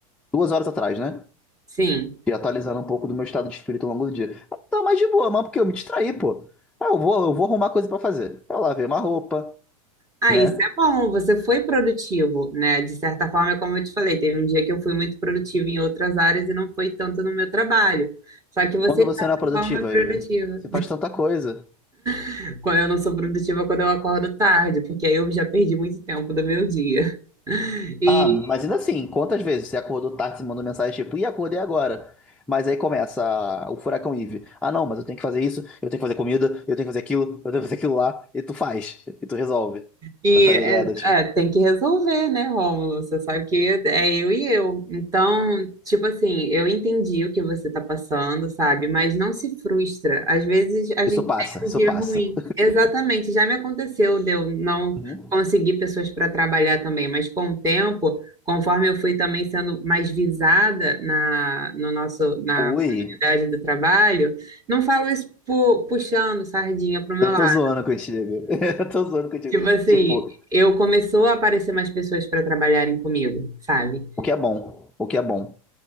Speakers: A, in the centre; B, on the right.
A: duas horas atrás, né?
B: Sim.
A: E atualizando um pouco do meu estado de espírito ao longo do dia. Eu tava mais de boa, mas porque eu me distraí, pô. Ah, eu vou, eu vou arrumar coisa pra fazer. Eu lavei uma roupa,
B: Ah,
A: né?
B: isso é bom, você foi produtivo, né? De certa forma, é como eu te falei, teve um dia que eu fui muito produtivo em outras áreas e não foi tanto no meu trabalho. Só que você,
A: Quando você
B: de certa
A: não é produtiva,
B: forma, é produtiva.
A: Iver, você faz tanta coisa.
B: <laughs> Quando Eu não sou produtiva quando eu acordo tarde, porque aí eu já perdi muito tempo do meu dia. E
A: Ah, mas ainda assim, quantas vezes você acordou tarde e mandou mensagem tipo, e acordei agora? Mas aí começa o furacão Eve. Ah, não, mas eu tenho que fazer isso, eu tenho que fazer comida, eu tenho que fazer aquilo, eu tenho que fazer aquilo lá, e tu faz, e tu resolve.
B: E
A: Tá tá
B: é,
A: ligado? Tipo,
B: é, tem que resolver, né, Rômulo? Você sabe que é eu e eu. Então, tipo assim, eu entendi o que você tá passando, sabe? Mas não se frustra. Às vezes a
A: isso
B: gente
A: passa,
B: tem
A: isso
B: um dia
A: passa.
B: ruim. Exatamente, já me aconteceu de eu não
A: Uhum.
B: conseguir pessoas para trabalhar também, mas com o tempo, conforme eu fui também sendo mais visada na, no nosso, na
A: Ui,
B: comunidade do trabalho, não falo isso pu- puxando sardinha pro meu
A: eu
B: lado.
A: tô zoando contigo. <laughs> Eu tô zoando contigo.
B: Tipo assim,
A: Tipo,
B: eu começou a aparecer mais pessoas para trabalharem comigo, sabe?
A: o que é bom, o que é bom,